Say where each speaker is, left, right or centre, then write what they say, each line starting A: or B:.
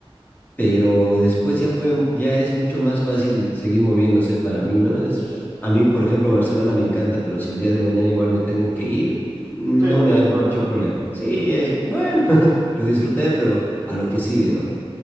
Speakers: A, on the left (about 20°); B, on the right (about 30°).
A: pero después ya fue, ya es mucho más fácil seguir moviéndose para mí, ¿no? Es, a mí, por ejemplo, Barcelona me encanta, pero si el día de mañana igual me tengo que ir, no
B: Sí, no
A: me
B: tienes
A: hago
B: problema.
A: mucho problema. Sí, es bueno, <laughs> lo disfruté, pero a lo que sigue, ¿no?